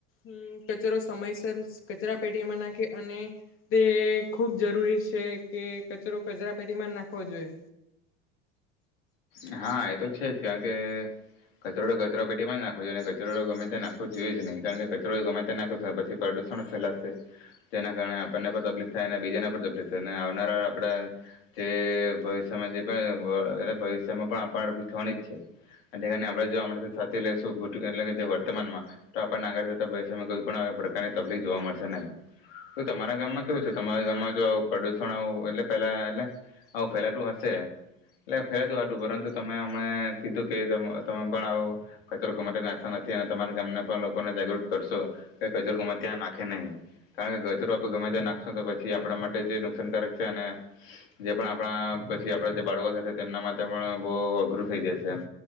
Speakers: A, on the left; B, on the left.
A: અમ્મ કચરો સમયસર કચરા પેટીમાં નાખે અને તે ખૂબ જરૂરી છે કે કચરો કચરાપેટીમાં જ નાખવો જોઈએ.
B: હા, એ તો છે જ કારણ કે કચરો તો કચરોપેટીમાં નાખવો જોઈએ ને કચરો ગમે ત્યાં નાખવો જોઈએ જ નહી કારણ કે કચરો ગમે ત્યાં નાખવો પછી પ્રદુષણ જ ફેલાશે જેના કારણે આપણને પણ તકલીફ થાય અને બીજાને પર તપલીક થાય ને આવનારા આપણા જે ભવિષ્યમાં જે પણ અ એટલે ભવિષ્ય મા પણ આ પણ ઊભી થવાની જ છે અને તેને જો આપણે અમણે થી જ જો સાચવી લઈશું ભૂ એટલે કે વર્તમાનમાં તો આપણને આવી કોઈ પણ પ્રકારની તકલીફ જોવા મળશે નહીં તો તમારા ગામમાં કેવું છે તમારા ગામમાં જો આવું પ્રદૂષણ આવું એટલે પહેલા એટલે આવું ફેલાતું હશે એટલે ફેલાતું પરંતુ તમે હમણે કીધું કે તમ તમે પણ આવો કચરો ગમે ત્યાં નાખતા નથી અને તમારા ગામના પણ લોકોને જાગૃત કરશો કે કચરો ગમે ત્યાં નાખે નહી કારણ કે કચરો આપણે ગમે ત્યાં નાખશો તો પછી આપણા માટે જે નુકસાનકારક છે અને જે પણ આપણા પછી આપણા જે બાળકો સાથે તેમના મા પણ બહુ અઘરું થઈ જશે એમ